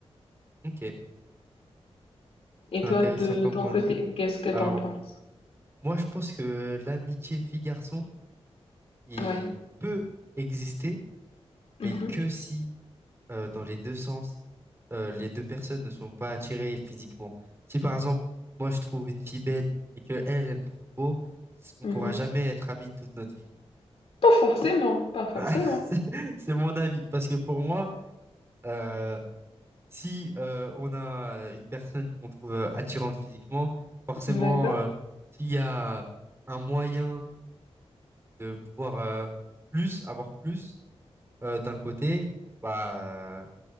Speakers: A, on the right; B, on the left.
A: Ok.
B: Et
A: C'est
B: toi,
A: intéressant
B: de
A: comme
B: ton
A: point
B: côté,
A: de vue.
B: qu'est-ce que t'en
A: Alors,
B: penses?
A: moi, je pense que l'amitié fille-garçon, il
B: Ouais.
A: peut exister,
B: Mhm,
A: mais que si, euh, dans les deux sens, euh, les deux personnes ne sont pas attirées physiquement. Si, par exemple, moi, je trouve une fille belle et que elle, elle me trouve beau, c- on
B: mhm.
A: pourra jamais être amis toute notre vie.
B: Pas forcément, pas forcément.
A: <laughs> C'est c'est mon avis. Parce que pour moi, euh, si euh, on a une personne qu'on trouve euh, attirante physiquement, forcément,
B: D'accord.
A: euh, s'il y a un moyen de pouvoir euh, plus, avoir plus euh, d'un côté, bah,